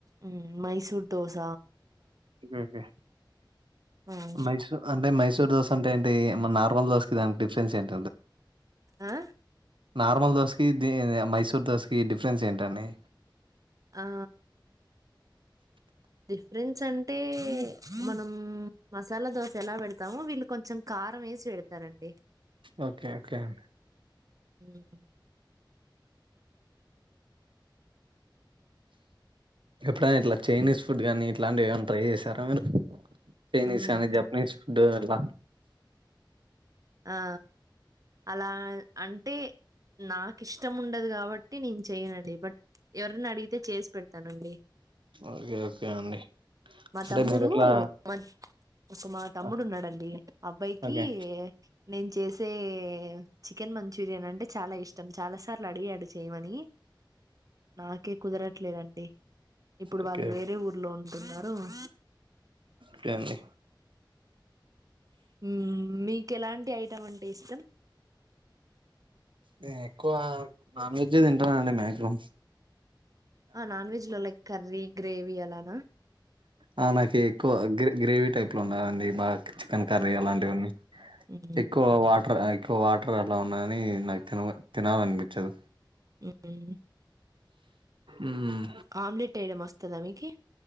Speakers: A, on the right; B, on the right.
A: మ్మ్ మైసూర్ దోస
B: ఒకే ఒకే
A: హ్మ్.
B: మైసూర్ అంటే మైసూర్ దోసాంటే ఏంటి మనా ట్వల్ దోస్కీ దాన్కి డిఫ్రెన్స్ ఏంట్
A: ఆ
B: నార్మల్ దోస్కి దీనే మైసూర్ దోస్కి డిఫ్రెన్స్ ఏంటండి.
A: ఆ డిఫ్రెన్స్ అంటే. మనం మసాలా దోస ఎలా పెడతామో. వీళ్ళు కొంచెం కారం వేసి పెడతారండి.
B: ఓకే ఓకే అండి
A: హ్మ్.
B: ఎప్పుడైనా ఇట్లా చైనీస్ ఫుడ్ గానీ, ఇట్లాంటివి ఏమన్నా ట్రై చేశారా మీరు. చైనీస్
A: హ్మ్.
B: కానీ జప్నీస్ టే ఎలా
A: ఆ అలా అంటే నాకు ఇష్టం ఉండదు గాబట్టి నేను చెయ్యనండి. బట్ ఎవరన్న అడిగితే చేస్ పెడతానండి.
B: ఓకే. ఓకే అండి.
A: మా
B: అంటే
A: తమ్ముడు
B: మీరెట్లా
A: <inaudible> మా ఒక మా తమ్ముడు
B: ఆ!
A: ఉన్నాడంండి అబ్బాయికి
B: ఓకే.
A: నేను చేసే చికెన్ మంచూరియన్ అంటే చాలా ఇష్టం. చాలాసార్లు అడిగాడు చేయ్మని నాకే కుదరట్లేదండి. ఇప్పుడు
B: ఓకే.
A: వాళ్ళు వేరే ఊర్లో ఉంటున్నార్. నువ్
B: కే అండి
A: మ్మ్ మీకు ఎలాంటి ఐటం అంటే ఇష్టం.
B: నే ఎక్కువ నాన్ వెజె తింటానండి. మాక్సిమం
A: ఆ నాన్ వెజ్ లో లైక్ కర్రీ గ్రేవీ అలానా
B: ఆ! నాకి ఎక్కువ గ్రే గ్రేవీ టైప్లో ఉన్నదండి మా చికెన్ కర్రీ అలాంటివన్నీ.
A: మ్మ్
B: ఎక్కువ వాట్ ఎక్కువ వాటర్ అలా ఉన్నాగాని నాకు తినబ్ తినాలనిపించదు.
A: ఏ ఏ
B: మ్మ్
A: ఆమ్లెట్ వేయడం వస్తదా మీకి